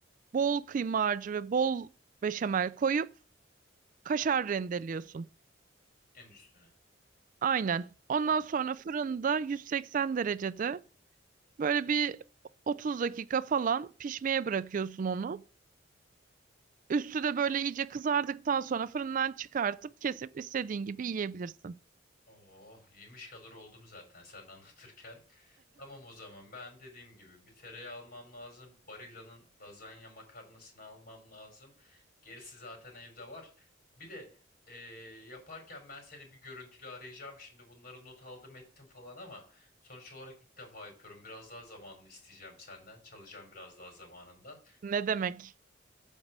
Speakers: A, on the right (about 40°); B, on the left (about 50°).
A: bol kıyma harcı ve bol beşamel koyup kaşar rendeliyorsun.
B: en üstüne.
A: Aynen. Ondan
B: Tamam.
A: sonra fırında 180 derecede Böyle bir 30 dakika falan pişmeye bırakıyorsun onu. Üstü de böyle iyice kızardıktan sonra fırından çıkartıp kesip istediğin gibi yiyebilirsin.
B: Oh, yemiş kadar oldum zaten sen anlatırken. Tamam o zaman ben dediğim gibi bir tereyağı almam lazım. Barilla'nın lazanya makarnasını almam lazım. Gerisi zaten evde var. Bir de eee, yaparken ben seni bir görüntülü arayacağım. Şimdi bunları not aldım ettim falan ama sonuç olarak ilk defa yapıyorum. Biraz daha zamanını isteyeceğim senden. Çalacağım biraz daha zamanından.
A: Ne demek?